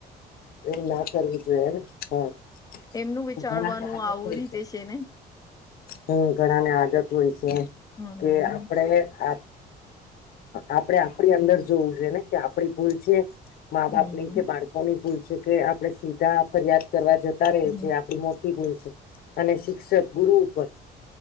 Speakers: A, on the left; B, on the left.
A: એવું નાં કરવું જોઈ હેણે. હા
B: એમનું વિચારવાનું
A: ઘણા
B: આવું
A: <unintelligible>
B: રીતે
A: છે
B: ને
A: હું ઘણાને આદત હોય છે
B: હમ
A: કે આપણેે. હ આપે આપડી અંદર જોવું છે ને કે આપડી ભૂલ છે. મા
B: હમ
A: બાપ ની કે બાળકોની ભૂલ છે કે આપણે સીધા ફરિયાદ કરવા જતા રઈ
B: હમ.
A: છે આપડે મો <unintelligible> અને શિક્ષક ગુરુ ઉપર